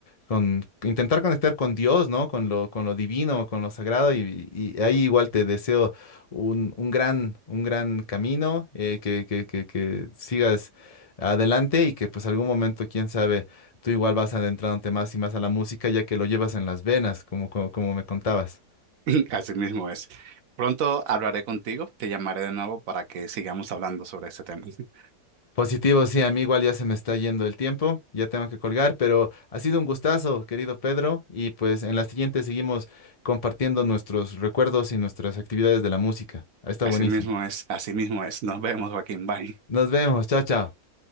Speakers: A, on the left; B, on the right.
A: con intentar conectar con Dios, ¿no? Con lo, con lo divino, con lo sagrado, y, y y ahí igual te deseo un, un gran, un gran camino, eh, que, que, que, que sigas adelante y que pues algún momento, quién sabe, tú igual vas adentrándote más y más a la música ya que lo llevas en las venas, como, como, como me contabas.
B: <laughs> Así mismo es. Pronto hablaré contigo, te llamaré de nuevo para que sigamos hablando sobre este tema. <laughs>
A: Positivo, sí, a mí igual ya se me está yendo el tiempo, ya tengo que colgar, pero ha sido un gustazo, querido Pedro, y pues en la siguiente seguimos compartiendo nuestros recuerdos y nuestras actividades de la música. Está
B: Así
A: buenísimo.
B: mismo es, así mismo es. Nos vemos, Joaquín. Bye.
A: Nos vemos, chao, chao.